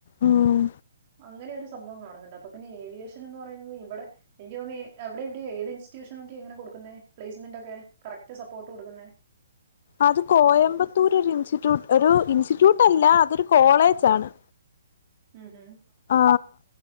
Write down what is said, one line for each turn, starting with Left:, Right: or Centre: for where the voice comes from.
Left: ഊം
Right: അങ്ങനെ ഒരു സംഭവം കാണുന്നുണ്ട് അപ്പൊ പിന്നെ ഏവിയേഷൻ എന്ന് പറയുന്നത് ഇവിടെ എനിക്ക് തോന്നി അവിടെ ഇവിടെ ഏത് ഇൻസ്റ്റിറ്റ്യൂഷനൊക്കെ എങ്ങനെ കൊടുക്കുന്നേ പ്ലേസ്സ്മെന്റാക്കെ കറക്റ്റ് സപ്പോർട്ട് കൊടുക്കുന്നേ
Left: അത് കോയമ്പത്തൂരില്
Right: ഇതിപ്പോ
Left: ഒരു ഇൻസ്റ്റിറ്റ്യൂട്ട് ഒരു ഇൻസ്റ്റിറ്റ്യൂട്ട് അല്ല ആഅതൊരു കോളേജാണ്
Right: ഊഹും
Left: അആ